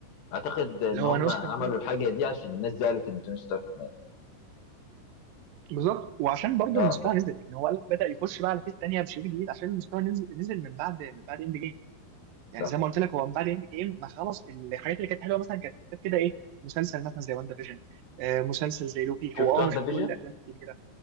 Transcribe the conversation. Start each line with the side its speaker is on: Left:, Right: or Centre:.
Left: اعتقد ان
Right: اللي هو
Left: هم
Right: نسخه
Left: عملوا
Right: منه دكتور
Left: الحاجة
Right: دوم
Left: دي عشان الناس زعلت ان توني ستارك مات
Right: بالظبط وعشان برضه
Left: اه
Right: المستوى نزل يعني هو قال لك بدا يخش بقى على فيس تانيه بشريط جديد عشان المستوى نزل نزل من بعد من بعد اند جيم يعني
Left: صح
Right: زي ما قلت لك هو من بعد اند جيم ما خلاص الحاجات اللي كانت حلوه مثلا كانت حتات كده ايه مسلسل مثلا زي واندا فيجن آه مسلسل زي لوكي
Left: شفت
Right: هو
Left: وان
Right: اه مش بتقول
Left: فيجن
Right: الافلام الكبيره